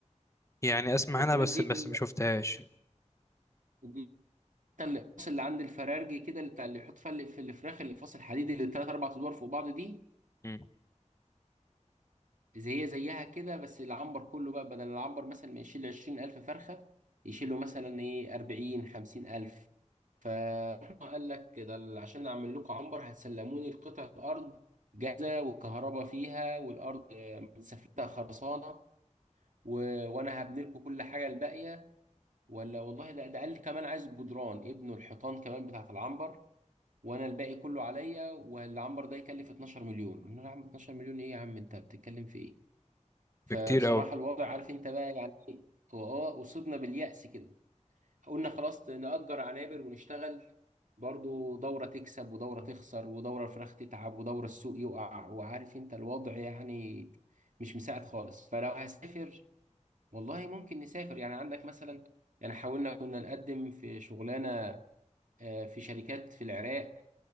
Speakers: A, on the left (about 25°); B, on the right (about 85°).
A: يعني أسمع
B: البطاريات
A: أنا بس
B: دي
A: بس
B: اللي هي
A: ما شفتهاش
B: دي الاقفاص اللي عند الفرارجي كده اللي بتاع اللي بيحط فيها اللي في الفراخ الاقفاص الحديد اللي ثلاث اربع ادوار فوق بعض دي
A: مم.
B: زي هي زيها كده بس العنبر كله بقى بدل العنبر مثلا ما يشيل 20000 فرخه يشيل له مثلا ايه 40 50000 فقال لك ده ال- عشان اعمل لكم عنبر هتسلموني القطع الارض جاهزه والكهرباء فيها والارض آه، متسفلتها خرسانه و... وانا هبني لكم كل حاجه الباقيه ولا والله ده ده قال كمان عايز بجدران ابنه الحيطان كمان بتاعت العنبر وانا الباقي كله عليا والعنبر ده يكلف 12 مليون قلنا له يا عم 12 مليون ايه يا عم انت بتتكلم في ايه فبصراحة
A: بكتير أوي
B: الوضع عارف انت بقى يعني ايه هو اه اصبنا باليأس كده قلنا خلاص نأجر عنابر ونشتغل برضو دورة تكسب ودورة تخسر ودورة الفراخ تتعب ودورة السوق يقع وعارف انت الوضع يعني مش مساعد خالص فلو هسافر والله ممكن نسافر يعني عندك مثلا يعني حاولنا كنا نقدم في شغلانة آه، في شركات في العراق